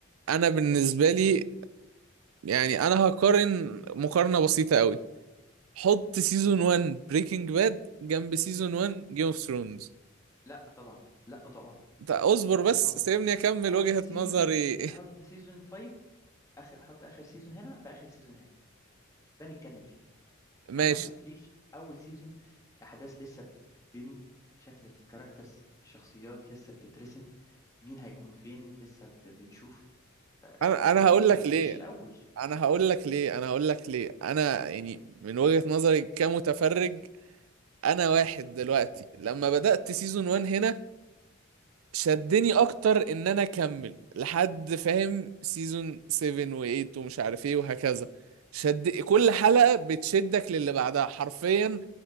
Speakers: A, on the right (about 80°); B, on the left (about 15°).
A: انا بالنسبة لي يعني انا هقارن مقارنة بسيطة قوي حط سيزون 1 بريكنج باد جنب سيزون 1 جيم اوف ثرونز
B: لا طبعا لا طبعا
A: طيب اصبر
B: لا
A: بس
B: طبعا
A: سيبني اكمل
B: حط
A: وجهة
B: سيزون
A: نظري
B: حط سيزون 5 آخر حط آخر سيزون هنا بآخر سيزون هنا ده نتكلم فيه
A: <laughs> ماشي
B: إنما ما تحطليش أول سيزون أحداث لسه بتتبني شكل الكاركترز الشخصيات لسه بتترسم مين هيكون فين لسه ب- بنشوف
A: انا انا
B: ابن
A: هقول لك
B: ما تبنيليش
A: ليه
B: الاول
A: انا هقول لك ليه انا هقول لك ليه انا يعني من وجهة نظري كمتفرج انا واحد دلوقتي لما بدأت سيزون 1 هنا شدني اكتر ان انا اكمل لحد فاهم سيزون 7 و8 ومش عارف ايه وهكذا شد كل حلقة بتشدك للي بعدها حرفيا